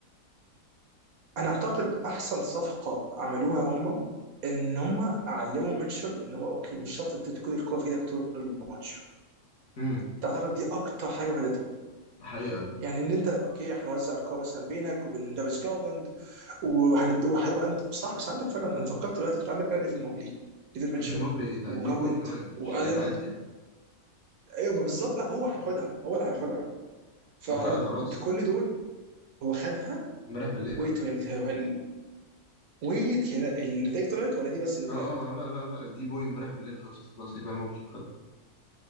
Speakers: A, on the right; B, on the left.
A: انا اعتقد احسن صفقه عملوها هم ان هم علموا ميتشل ان هو اوكي مش شرط انت تكون الكوره في ايدك طول الماتش
B: امم
A: تعتقد دي اكتر حاجه فادتهم
B: حقيقه
A: يعني ان انت اوكي هنوزع الكوره مثلا بينك وبين دافيس جارلاند وهنبدا وهيبقى انت صح بس عندك فعلا انا فكرت دلوقتي انت عندك فعلا ايفن موبلي ايفن ميتشل
B: ايفن موبلي ده
A: وجارلاند
B: دي بوي كمان
A: والان
B: مش لعيب عادي يعني
A: ايوه بالظبط لا هو هياخدها هو اللي هياخدها فكل
B: هو خدها خلاص
A: دول هو خدها
B: امبارح بالليل
A: ويت
B: اه
A: هل- هل- ويت هنا- النتائج طلعت ولا دي بس اللي
B: اه
A: طلعت
B: اه آه، لا لا لا الدي بوي امبارح بالليل خلصت خلاص ايفان موبلي خد